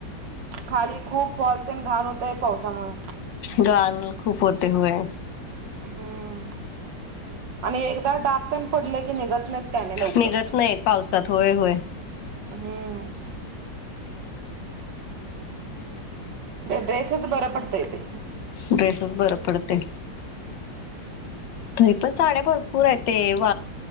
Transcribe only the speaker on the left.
घान खूप होतय व्हय.
निघत नाहीत पावसात. होय होय.
ड्रेसचं बर पडतय. तरी पण साड्या भरपूर आहेत ते व